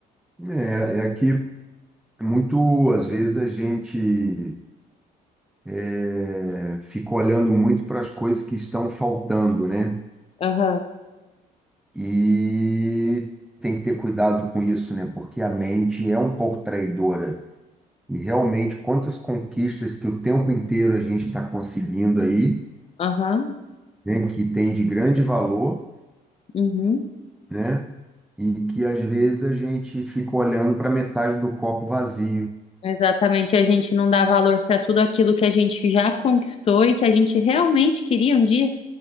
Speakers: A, in the centre; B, on the left (about 35°).
A: É, é que muito, às vezes, a gente é, fica olhando muito para as coisas que estão faltando, né?
B: Aham,
A: E tem que ter cuidado com isso, né? Porque a mente é um pouco traidora. E realmente, quantas conquistas que o tempo inteiro a gente está conseguindo aí,
B: aham,
A: né? Que tem de grande valor,
B: uhum.
A: né? e que às vezes a gente fica olhando para metade do copo vazio.
B: Exatamente. A gente não dá valor para tudo aquilo que a gente já conquistou e que a gente realmente queria um dia.